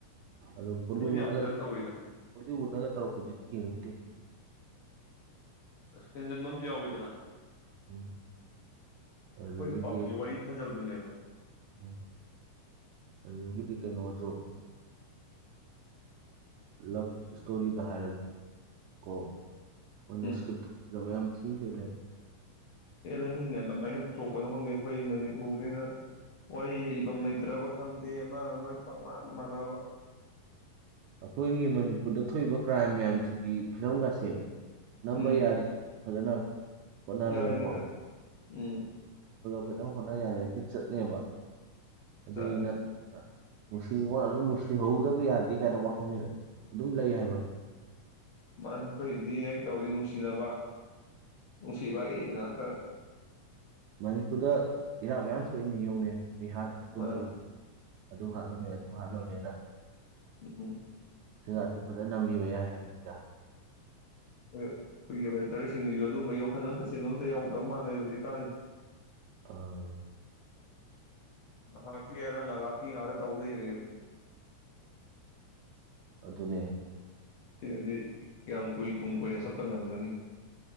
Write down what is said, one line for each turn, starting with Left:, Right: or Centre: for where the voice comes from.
Right: ꯑꯗꯨꯣ ꯣꯂꯤꯋ
Left: ꯃꯣꯏꯗꯤ ꯌꯥꯝ
Right: ꯅꯒ
Left: ꯐꯖꯅ ꯇꯧꯋꯤꯗ
Right: ꯣꯂꯤꯋꯨ ꯅꯒ ꯇꯧꯔꯨꯛꯄꯗꯨꯗꯤ ꯌꯦꯡꯅꯤꯡꯟꯗꯦ
Left: ꯁꯦꯟꯖꯟꯕꯝ ꯌꯥꯎꯋꯤꯗꯅ ꯑꯩꯈꯣꯏꯅ
Right: ꯎꯝ ꯑꯗꯨꯗꯒꯤꯗꯤ
Left: ꯄꯥꯝꯃꯤꯁꯦ ꯋꯥꯔꯤ ꯐꯖꯕꯗꯨꯅꯦꯕ <unintelligible>
Right: ꯎꯝ ꯑꯗꯨꯗꯒꯤꯗꯤ ꯀꯩꯅꯣꯁꯨ ꯂꯞ ꯏꯁꯇꯣꯔꯤꯗ ꯍꯥꯏꯔꯗꯨ ꯀꯣ ꯃꯣꯏꯅ
Left: ꯎꯝ
Right: ꯏꯁꯀ꯭ꯔꯤꯞꯇ ꯐꯖꯕ ꯌꯥꯝ ꯊꯤꯒꯦ ꯂꯩꯕ
Left: ꯑꯦ ꯂꯩꯃꯤꯅ ꯑꯗꯨꯃꯥꯏꯅ ꯄꯨꯊꯣꯛꯄꯅꯣ ꯈꯪꯗꯦ ꯑꯩꯈꯣꯏ ꯃꯅꯤꯄꯨꯔꯁꯤꯅ ꯋꯥꯔꯤ ꯏꯐꯝꯝ ꯂꯩꯇ꯭ꯔꯕ ꯈꯪꯗꯦ ꯑꯃ ꯑꯃ ꯄꯥꯎꯃꯥꯟꯗ ꯃꯥꯟꯅꯕ
Right: ꯑꯩꯈꯣꯏꯒꯤ ꯃꯅꯤꯄꯨꯔꯗ ꯊꯣꯛꯏꯕ ꯀ꯭ꯔꯥꯏꯝ ꯃꯌꯥꯝꯁꯤꯡꯒꯤ ꯐꯤꯂꯝꯒꯁꯦ ꯅꯝꯕ
Left: ꯎꯝ
Right: ꯌꯥꯔ ꯐꯖꯅ ꯄꯨꯟꯅꯔꯒꯦꯀꯣ
Left: ꯌꯥꯏꯅꯤꯗ ꯎꯝ
Right: ꯐꯤꯂꯝ ꯍꯣꯠꯅ ꯌꯥꯏ ꯍꯤꯠꯆꯠꯅꯦꯕ ꯑꯗꯨꯗꯤ
Left: ꯆꯠꯅꯤ
Right: ꯅ ꯅꯨꯡꯁꯤ ꯅꯤꯉꯣꯟ ꯑꯗꯨꯝ ꯅꯨꯡꯁꯤꯍꯧꯗꯕ ꯌꯥꯗꯦ ꯀꯥꯏꯅ ꯋꯥꯈꯜꯁ ꯑꯗꯨꯝ ꯂꯩ ꯍꯥꯏꯕꯗꯤ
Left: ꯃꯥꯅ ꯑꯩꯈꯣꯏ ꯗꯤꯌꯦꯛ ꯇꯧꯔꯗꯤ ꯅꯨꯡꯁꯤꯅꯕ ꯉꯁꯤꯕꯥꯒꯤ ꯉꯇ
Right: ꯃꯅꯤꯄꯨꯔꯗ ꯏꯔꯥꯡ ꯃꯌꯥꯝ ꯊꯣꯛꯏꯅꯤ ꯌꯦꯡꯧꯅꯦ ꯃꯤꯍꯥꯠ ꯃꯤꯄꯨꯟꯊꯏꯅꯤ
Left: ꯃꯥꯅꯤ
Right: ꯑꯗꯨ ꯍꯥꯠꯂꯝꯃꯦ ꯑꯗꯨ ꯍꯥꯠꯂꯝꯃꯦꯅ
Left: ꯎ ꯎꯝ
Right: ꯁꯤꯒꯁꯤꯦ ꯐꯖꯅ ꯅꯝꯕꯤꯕ ꯌꯥꯏ ꯍꯥꯏꯕꯅꯤꯗ
Left: ꯑꯩꯈꯣꯏꯒꯤ ꯔꯥꯏꯇꯔꯁꯤꯡꯁꯨ ꯑꯗꯨꯝꯕ ꯌꯣꯛꯈꯠ ꯑꯝꯇ ꯆꯦꯡ ꯑꯝꯇ ꯌꯥꯎꯗ꯭ꯔꯕ ꯃꯥꯥꯟꯂꯦ ꯍꯧꯖꯤꯛꯀꯥꯟ
Right: ꯑ
Left: ꯉꯥꯏꯍꯥꯛꯀꯤꯦ ꯑꯔꯪ ꯉꯔꯥꯛꯀꯤ ꯉꯥꯏꯍꯥꯛꯇ ꯇꯧ ꯂꯩꯔꯦꯕ
Right: ꯑꯗꯨꯅꯦ
Left: ꯁꯤꯅꯗꯤ ꯀꯌꯥꯝ ꯀꯨꯏ ꯇꯨꯡ ꯀꯨꯏꯅ ꯁꯄ ꯉꯝꯒꯅꯤ